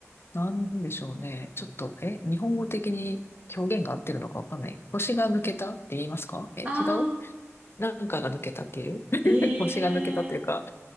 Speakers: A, on the left; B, on the right.
A: なんでしょうね。ちょっと、え、日本語的に表現が合ってるのかわかんない。腰が抜けたって言いますかえ、
B: うん。ああ、
A: 違うなんかが抜けたっていう
B: へえ。
A: <laughs> 腰が抜けたというか、